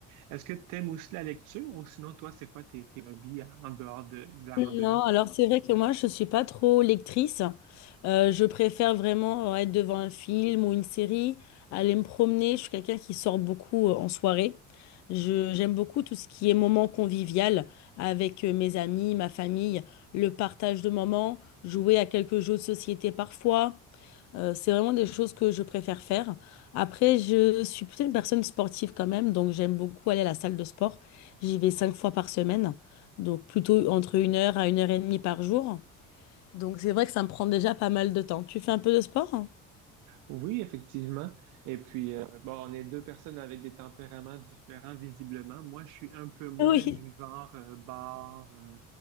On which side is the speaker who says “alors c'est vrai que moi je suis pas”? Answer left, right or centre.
Left